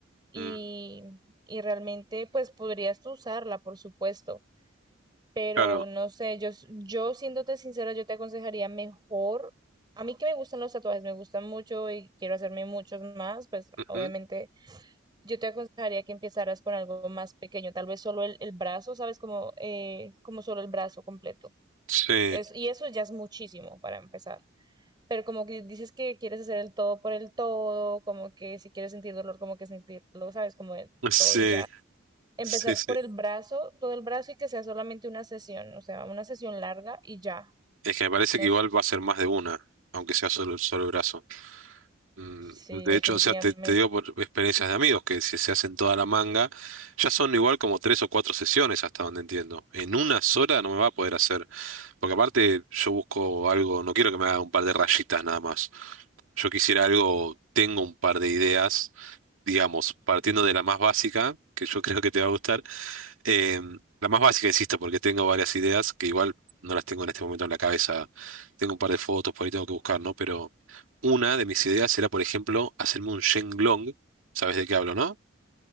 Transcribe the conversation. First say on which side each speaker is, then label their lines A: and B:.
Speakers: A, on the right; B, on the right.
A: y,
B: mm,
A: y realmente pues podrías tú usarla, por supuesto, pero
B: claro.
A: no sé, yo, s- yo siéndote sincera, yo te aconsejaría mejor, a mí que me gustan los tatuajes, me gustan mucho y quiero hacerme muchos más, pues
B: ujú,
A: obviamente yo te aconsejaría que empezaras con algo más pequeño, tal vez solo el, el brazo, ¿sabes? Como, eh, como solo el brazo completo.
B: Sí,
A: Es, y eso ya es muchísimo para empezar. Pero como que dices que quieres hacer el todo por el todo, como que si quieres sentir dolor, como que sentirlo, ¿sabes? Como el
B: <laughs> sí,
A: todo y ya empezar
B: sí, sí.
A: por el brazo, todo el brazo y que sea solamente una sesión, o sea, una sesión larga y ya.
B: Es que me parece
A: No
B: que igual
A: sé,
B: va a ser más de una, aunque sea solo el solo brazo. Mm,
A: sí,
B: De
A: definitivamente.
B: hecho, o sea, te, te digo por experiencias de amigos que si se hacen toda la manga, ya son igual como tres o cuatro sesiones hasta donde entiendo. En una sola no me va a poder hacer, porque aparte yo busco algo, no quiero que me haga un par de rayitas nada más. Yo quisiera algo, tengo un par de ideas, digamos, partiendo de la más básica, que yo <laughs> creo que te va a gustar, Em, la más básica, insisto, porque tengo varias ideas que igual no las tengo en este momento en la cabeza. Tengo un par de fotos, por ahí tengo que buscar, ¿no? Pero una de mis ideas era, por ejemplo, hacerme un Shenlong. ¿Sabes de qué hablo, no?